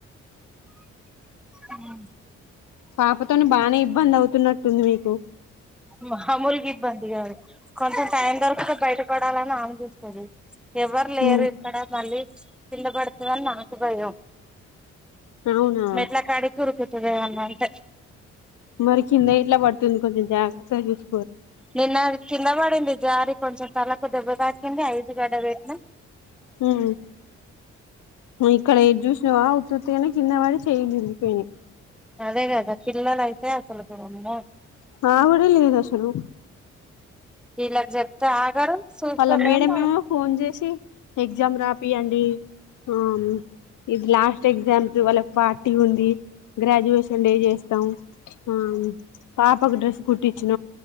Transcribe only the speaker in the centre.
హ్మ్
మామూలుగు ఇబ్బంది కాదు కొంచెం టైం దొరుకుతే బయటపడాలని ఆనందిస్తది ఎవరు లేరు
ఇక్కడ మళ్ళీ కిందబడుతదని నాకు భయం
మెట్ల కాడికురుకు తినదేమన్న అంటే
నిన్న కిందబడింది జారి కొంచెం తలకు దెబ్బ తాకింది ఐసుగడ్డలు వేట్నా
అదే గదా పిల్లలు అయితే అసలు కి అమ్మో
వీల్లగ్ చెప్తే ఆగరు చూస్తలేమో